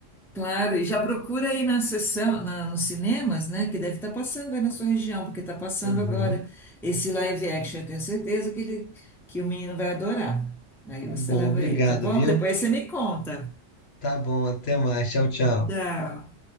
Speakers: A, in the centre; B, on the left (about 60°).
A: Claro, e já procura aí na sessão, na- nos cinemas, né? Que deve estar passando aí na sua região, porque está passando
B: Aham,
A: agora esse live action. Eu tenho certeza que ele, que o menino vai adorar. Aí
B: tá
A: você
B: bom,
A: leva
B: obrigado,
A: ele, tá bom?
B: viu?
A: Depois você me conta.
B: Tá bom, até mais, tchau, tchau.
A: Tchau.